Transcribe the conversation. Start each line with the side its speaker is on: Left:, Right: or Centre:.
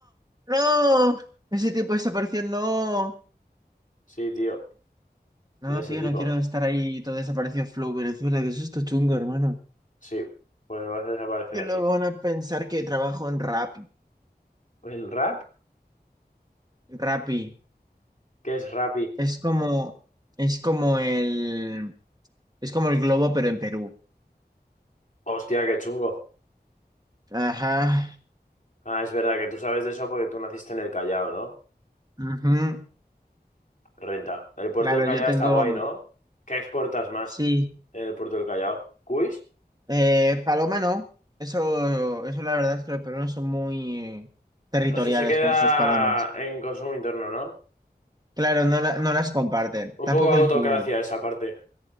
Right: ¡No! Ese tipo desapareció, no.
Left: Sí, tío,
Right: No,
Left: de ese
Right: tío,
Left: tipo.
Right: no quiero estar ahí todo desaparecido Flow Venezuela, que eso es chungo, hermano.
Left: Sí, pues vas a desaparecer
Right: Que
Left: así.
Right: luego van a pensar que trabajo en Rappi.
Left: ¿En rap?
Right: Rappi.
Left: ¿Qué es Rappi?
Right: Es como, es como el, Es como el globo, pero en Perú.
Left: Hostia, qué chungo.
Right: Ajá.
Left: Ah, es verdad que tú sabes de eso porque tú naciste en el Callao, ¿no?
Right: ujú,
Left: Renta. El puerto
Right: Claro,
Left: del Callao
Right: yo tengo,
Left: está guay,
Right: mm,
Left: ¿no? ¿Qué exportas más
Right: sí.
Left: en el puerto del Callao? ¿Cuis?
Right: Eh, paloma no. Eso, eso la verdad es que los peruanos son muy territoriales
Left: Eso se queda
Right: con sus palomas.
Left: en consumo interno, ¿no?
Right: Claro, no, la- no las comparten.
Left: Un
Right: Tampoco
Left: poco autocracia
Right: el cuy.
Left: esa parte.